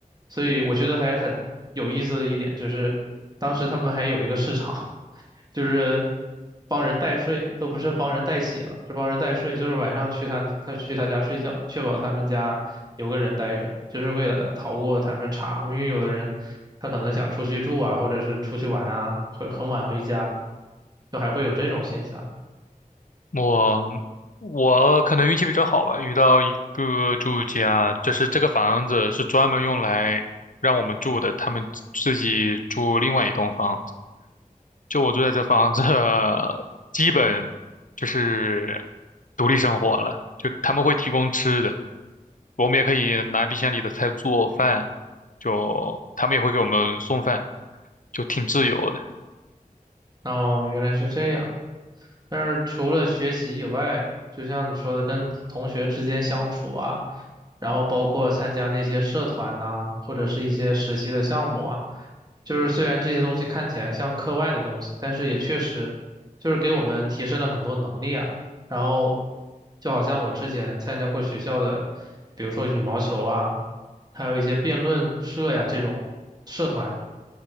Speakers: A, on the right (about 30°); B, on the left (about 65°).
A: 所以我觉得还很有意思的一点就是，当时他们还有一个市场。就是帮人代睡，都不是帮人代写了，是帮人代睡，就是晚上去他他去他家睡觉，确保他们家有个人待着，就是为了逃过他们查嘛，因为有的人他可能想出去住啊，或者是出去玩啊，会很晚回家，就还会有这种现象。
B: 我我可能运气比较好吧，遇到一个住家，就是这个房子是专门用来让我们住的，他们自己住另外一栋房子。就我住在这房子，基本就是独立生活了。就他们会提供吃的，我们也可以拿冰箱里的菜做饭，就他们也会给我们送饭，就挺自由的。
A: 哦，原来是这样。但是除了学习以外，就像你说的，跟同同学之间相处啊，然后包括参加那些社团呐、或者是一些实习的项目啊，就是虽然这些东西看起来像课外的东西，但是也确实就是给我们提升了很多能力啊。然后就好像我之前参加过学校的，比如说羽毛球啊，还有一些辩论社呀这种社团。